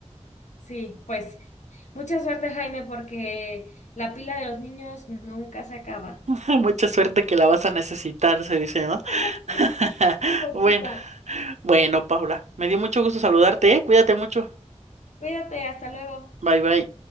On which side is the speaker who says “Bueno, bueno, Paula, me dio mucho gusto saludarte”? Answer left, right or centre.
Right